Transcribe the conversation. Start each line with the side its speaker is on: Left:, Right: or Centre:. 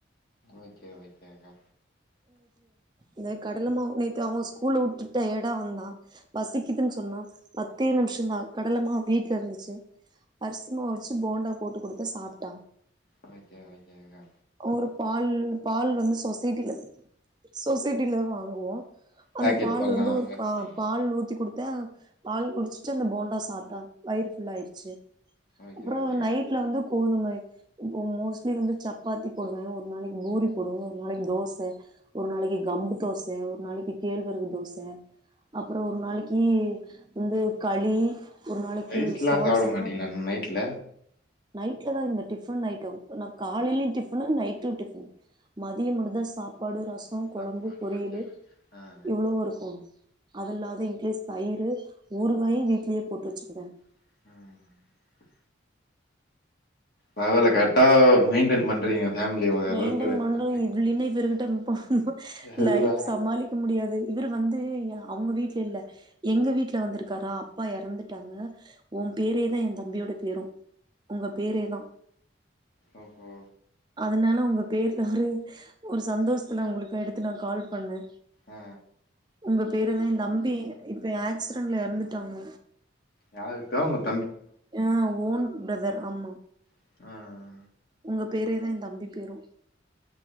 Left: ஓகே ஓகே கா
Right: இந்தா கடலைமா நேத்து அவங்க ஸ்கூல்ல உட்டுட்டு டயர்டா வந்தான் பசிக்குதுன்னு சொன்னா பத்தே நிமிஷதா கடலமா வீட்ல இருந்துச்சு அரிசிமாவு வச்சு போண்டா போட்டு குடுத்தே சாப்ட்டான்
Left: ஓக்கே ஓக்கேக்கா
Right: அப்றோ பால் பால் வந்து சொசைட்டில சொசைட்டில தா வாங்குவோ அந்த
Left: பாக்கெட்
Right: பால்
Left: பல்லா
Right: வந்து
Left: வாங்கறது
Right: ஒரு
Left: இல்லைங்களா
Right: பால் ஊத்தி குடு அத பால் குடிச்சிட்டு அந்த போண்டா சாப்ட்டா வயர்ஃபுல்லயிருச்சு
Left: ஓகே
Right: அப்றோ
Left: ஓகேக்கா
Right: நைட்ல வந்து கோதுமை இப்போ மோஸ்ட்லி வந்து சப்பாத்தி போடுவே ஒரு நாளைக்கு பூரி போடுவே ஒரு நாளைக்கு தோச ஒரு நாளைக்கு கம்பு தோஸ் தே ஒரு நாளைக்கி கேழ்வரகு தோச அப்புறோ ஒரு நாளைக்கி வந்து களி ஒரு நாளைக்கு
Left: ரைஸ்லா
Right: சோள
Left: சாப்ட
Right: சாப்பாடு
Left: மாட்டீங்களா நைட்ல
Right: நைட்ல தா இந்த டிஃபன் ஐட்டோ நா காலைலயு டிஃபனு நைட் ட்டு டிஃபன் மதியோ முடுஞ்சா சாப்பாடு ரசோ சோம்
Left: சாப்பாடு
Right: கொழம்பு பொரியலு
Left: ஓகே ஓகே ஆ
Right: இவ்ளோவு இருக்கோனு அது இல்லாத <unintelligible> தயிரு ஊருகாயு வீட்லயே போட்டு வச்சுருந்தே
Left: ம் பரவால கரெக்டா மெயின்டென் பண்றீங்க ஃபேமிலிய ஓரளவுக்கு
Right: மெயின்டென்
Left: ரன்
Right: பண்ண
Left: பண்றீங்க
Right: இதுல என்ன இப்ப இருக்கு டெம்பொ
Left: அதுதா
Right: லைஃப் சமாளிக்க முடியாது இவர் வந்து அவங்க வீட்ல இல்ல எங்க வீட்டுல வந்திருக்காரா அப்பா எறந்துட்டாங்க உன் பேரே தா எ தம்பியோட பேரு உங்க பேரேதா
Left: ஓகோ
Right: அதனால உங்க பேர்ல ஒரு ஒரு சந்தோசத்துல உங்களுக்கு எடுத்து நா கால் பண்ணே
Left: ஆ
Right: உங்க பேரு என்னா எ தம்பி இப்ப ஆக்சி ல்ல எறந்துட்டாங்க
Left: யாரிருக்க உனக்
Right: ஆ ஓன் பிரதர் அம்மா
Left: ஆஹ்
Right: உங்க பேரேதா ஏ தம்பி பேரு